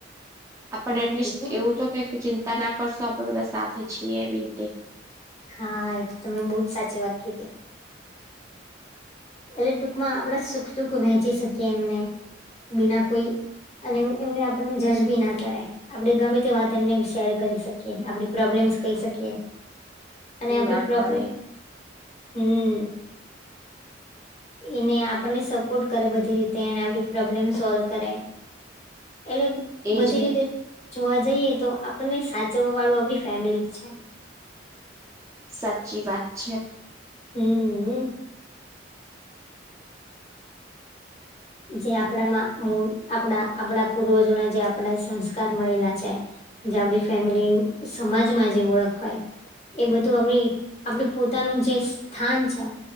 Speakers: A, on the right (about 15°); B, on the left (about 35°).
A: આપણને
B: હમ
A: એટલીસ્ટ એવું તો કે ચિંતા ના કરશો આપણે બધા સાથે છીએ એવી રીતે.
B: હા એ તો તમે બહુ જ સાચી વાત કીધી. એટલે ટૂંકમાં આપડા સુખ દુખ વહેંચી શકીએ એમને બિના કોઈ અને એમને આપણને જજ બી ના કરાય આપણે ગમે તે વાત એમને શેર કરી શકીએ આપણી પ્રોબ્લેમ્સ કહી શકીએ. અને આપડી
A: ના
B: પ્રોબ્લેમ
A: કરે
B: હમ્મ એને આપણને સપોર્ટ કરે બધી રીતે એને આપડી પ્રોબ્લેમ સોલ્વ કરે. એટલે
A: એજ
B: બધી
A: ને
B: રીતે જોવા જઈએ તો આપણને સાચવવા વાળું આપડી ફેમિલી જ છે.
A: સાચી વાત છે.
B: હમ્મ જે આપણામાં આપણા આપણા પૂર્વજોના જે આપણા સંસ્કાર મળેલા છે. જે આપડી ફેમિલી સમાજમાં જે ઓળખવાય એ બધું આપડી આપડું પોતાનું જે સ્થાન છે.